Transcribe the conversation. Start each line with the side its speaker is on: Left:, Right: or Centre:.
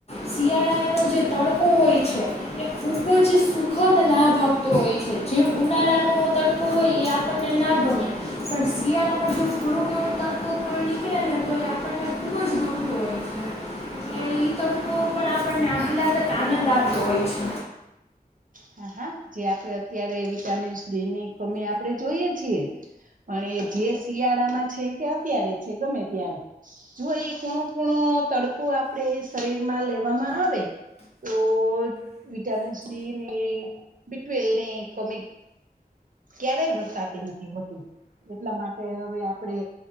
Left: શિયાળાનો જે તડકો હોય છે એ ખૂબ જ સુખદ લાભ આપતો હોય છે જેમ ઉનાળાનો તડકો હોય એ આપણને ના ગમે પણ શિયાળામાં જો થોડોક એવો તડકો પણ નીકળે ને તો એ આપણને ખૂબ જ ગમતો હોય છે કે એ તડકો પણ આપણને અહલાદક આનંદ આપતો હોય છે.
Right: હા જે આપણે અત્યારે વિટામિન્સ ડી ની કમી આપણે જોઈએ છીએ પણ એ જે શિયાળામાં છે કે અત્યારે છે ગમે ત્યારે જો એ ખૂણું કૂણો તડકો આપણે શરીરમાં લેવામાં આવે તો વિટામિન્સ ડી ની બીટવેલ ની કમી ક્યારેય વર્તાતી નથી હોતી એટલા માટે હવે આપણે